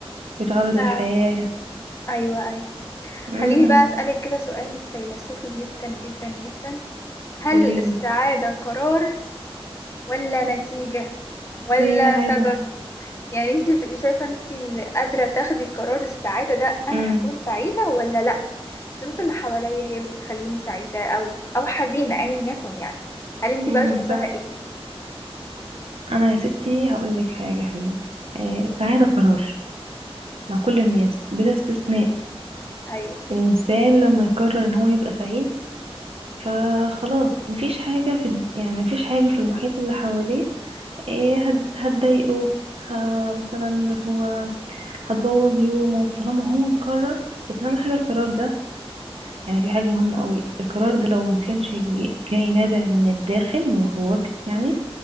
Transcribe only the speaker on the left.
فعلا
ايوه ايوه
خليني بقى اسألك كده سؤال فيلسوفي جدا جدا جدا هل
السعادة قرار ولا نتيجة ولا
سبب
يعني انتي بتبقي شايفة انتي اللي قادرة تاخدي قرار السعادة ده انا
هكون سعيدة ولا لا الظروف اللي حواليا هي اللي بتخليني سعيدة او او حزينة ايا يكن يعني هل انتي
بقى شايفاها
ايه
ايوه